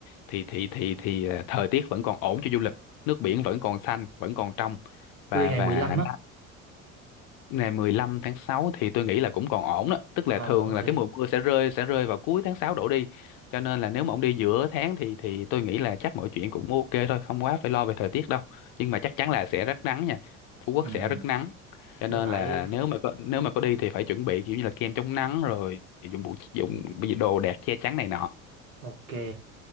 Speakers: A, on the left (about 55°); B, on the right (about 90°).
A: thì thì thì thì ờ, thời tiết vẫn còn ổn cho du lịch nước biển vẫn còn xanh vẫn còn trong và
B: Tôi đi ngày
A: và
B: mười lăm á.
A: ngày 15 tháng 6 thì tôi nghĩ là cũng còn ổn đó, tức là
B: Ờ
A: thường
B: ok.
A: là cái mùa mưa sẽ rơi sẽ rơi vào cuối tháng 6 đổ đi. Cho nên là nếu mà ông đi giữa tháng thì thì tôi nghĩ là chắc mọi chuyện cũng ok thôi, không quá phải lo về thời tiết đâu. Nhưng mà chắc chắn là sẽ rất nắng nha. Phú Quốc
B: Ừ,
A: sẽ rất nắng. Cho nên
B: nó phải
A: là nếu mà có, nếu mà có đi thì phải chuẩn bị kiểu như là kem chống nắng rồi dụng cụ dụng đồ đạc che chắn này nọ.
B: ok.